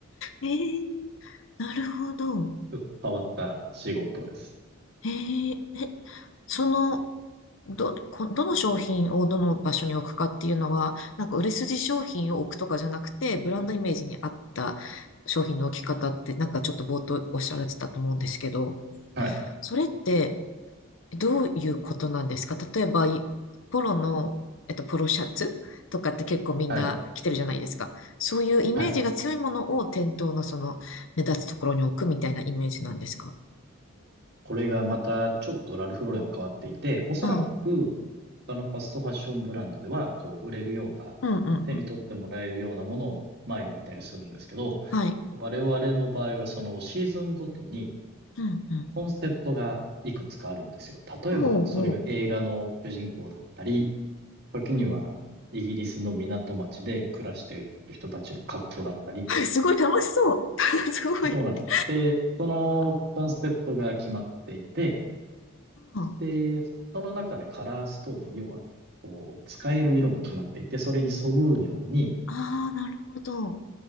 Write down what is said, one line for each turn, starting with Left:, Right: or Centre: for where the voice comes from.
Left: えー、なるほど。
Right: ちょっと変わった仕事です。
Left: えー、え、その、ど、こ、どの商品をどの場所に置くかっていうのは、なんか売れ筋商品を置くとかじゃなくて、ブランドイメージに合った商品の置き方って、なんかちょっと冒頭おっしゃられてたと思うんですけど、
Right: はい、
Left: それってどういうことなんですか例えば、いポロの、えっと、ポロシャツとかって結構みんな着てるじゃないですか。
Right: はい、
Left: そういうイメージが強いものを店頭のその目立つところに置くみたいなイメージなんですか
Right: はい。これがまたちょっとラルフローレンは変わっていて、おそらく他のファストファッションブランドではこう売れるような、
Left: うん。うんうんうん。
Right: 手に取ってもらえるようなものを前に置いたりするんですけど、
Left: はい。
Right: 我々の場合はそのシーズンごとに
Left: うんうん。
Right: コンセプトがいくつかあるんですよ。例えばそれが映画の主人公だったり、
Left: ほうほ
Right: 時にはイギリスの港町で暮らしている人たちの格好だったり、
Left: う。<laughs> すごい楽しそう。<laughs> すごい。
Right: そうなんです。
Left: <laughs> え
Right: で、そのコンセプトが決まっていて、
Left: あ
Right: で、その中でカラーストーリー、要は、こう、使える色も決まっていて、それにそぐうように、
Left: あー、なるほど。